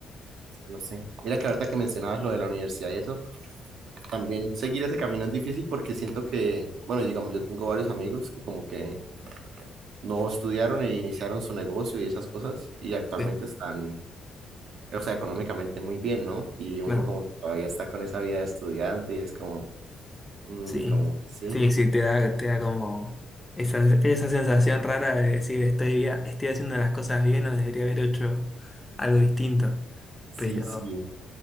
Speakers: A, on the right; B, on the left.
A: es que no sé, mira que ahorita que mencionabas lo de la universidad y eso, también seguir ese camino es difícil porque siento que, bueno, digamos, yo tengo varios amigos que como que no estudiaron e iniciaron su negocio y esas cosas y actualmente
B: sí,
A: están... O sea, económicamente muy bien, ¿no? Y
B: claro,
A: uno como que todavía está con esa vida de estudiante y es como, Mm,
B: sí.
A: como, sí,
B: Sí, sí, te da, te da como esa, esa sensación rara de decir estoy, bien- estoy haciendo las cosas bien o debería haber hecho algo distinto.
A: sí,
B: Pero
A: sí,